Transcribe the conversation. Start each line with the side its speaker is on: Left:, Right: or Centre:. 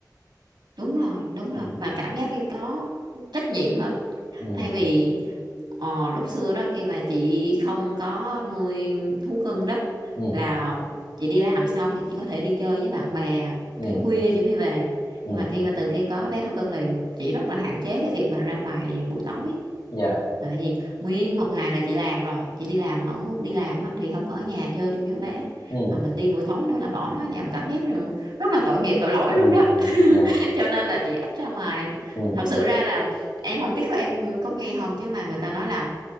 Right: đúng rồi đúng rồi
Left: ừ
Right: và cảm giác như có trách nhiệm hơn
Left: ừ
Right: thay vì Ờ, lúc xưa đó khi mà chị không có nuôi thú cưng đó
Left: ừ
Right: là chị đi làm xong thì chị có thể đi chơi với bạn bè
Left: ừ
Right: tới khuya chị mới về
Left: ừ
Right: nhưng mà khi mà từ khi có bé thú cưng là chị rất là hạn chế cái việc mà ra ngoài buổi tối
Left: dạ
Right: là tại vì nguyên một ngày là chị làm rồi chị đi làm ở đi làm á, thì không có ở nhà chơi chung với bé
Left: ừ
Right: mà mình đi buổi tối nữa là bỏ nó ở nhà mình cảm giác rằng rất là tội nghiệp tội lỗi
Left: ừ
Right: luôn đó
Left: ừ dạ
Right: <laughs>
Left: dạ
Right: cho nên là chị ít ra ngoài
Left: ừ
Right: thật sự ra là em không biết có em có nghe không chứ mà người ta nói là